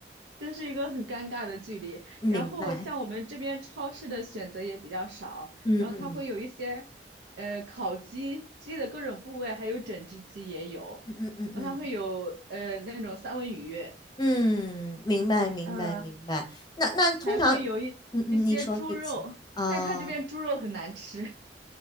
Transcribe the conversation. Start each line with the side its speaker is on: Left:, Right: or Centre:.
Right: 这是一个很尴尬的距离。
Left: 明白。
Right: 然后像我们这边超市的选择也比较少，
Left: 嗯嗯
Right: 然后它会有一些呃烤鸡，鸡的各种部位，还有整只鸡也有，
Left: 嗯嗯嗯嗯
Right: 然后它会有呃那种三文鱼。
Left: 嗯，明白明白明白。
Right: 呃
Left: 那那通常，
Right: 还会有一一些猪肉，
Left: 嗯嗯，你说，对不起啊。
Right: 但是他这边猪肉很难吃。